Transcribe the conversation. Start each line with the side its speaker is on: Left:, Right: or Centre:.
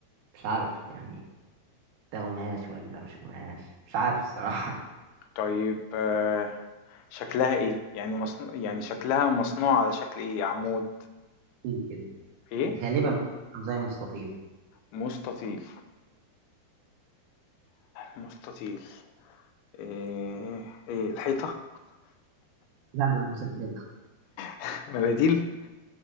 Right: مش عارف يعني ده قماش ولا مش قماش مش عارف الصراحة
Left: طيب آه، شكلها ايه يعني مصنوع يعني شكلها مصنوع على شكل ايه عمود
Right: <laughs>
Left: ايه
Right: غالبا زي مستطيل
Left: مستطيل مستطيل ايه ايه الحيطة
Right: لا لا مش الحيطة
Left: <laughs> مناديل